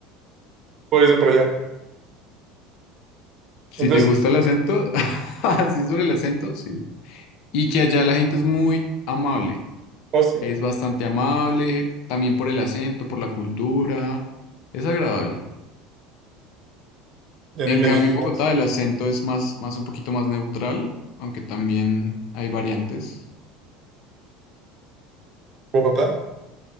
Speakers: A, on the right; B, on the left.
A: Pues de por allá.
B: Si
A: Entonces,
B: te gusta el acento, <laughs> así sobre el acento, sí. Y que allá la gente es muy amable,
A: ¿o sí?
B: es bastante amable, también por el acento, por la cultura, es agradable.
A: Ya
B: En
A: ni me
B: cambio,
A: digas,
B: en Bogotá el acento es más, más un poquito más neutral, aunque también hay variantes.
A: Bogotá.